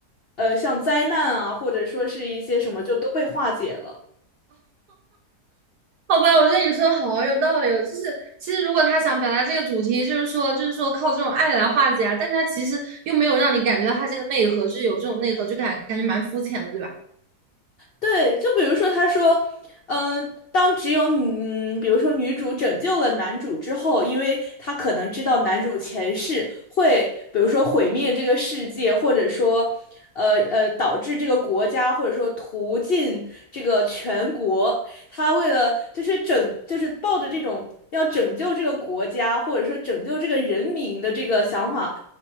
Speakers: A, on the left; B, on the right.
A: 呃像灾难啊，或者说是一些什么就都被化解了。
B: 好吧，我觉得你说的好啊有道理哦。就是其实如果他想表达这个主题，就是说，就是说靠这种爱来化解啊，但是他其实又没有让你感觉到他这个内核，就是有这种内核，就感感觉蛮肤浅的，对吧？
A: 对，就比如说，他说，嗯，当只有你，比如说女主拯救了男主之后，因为她可能知道男主前世会，比如说毁灭这个世界，或者说，呃呃，导致这个国家，或者说屠尽这个全国，他为了就是拯，就是抱着这种要拯救这个国家，或者说拯救这个人民的这个想法。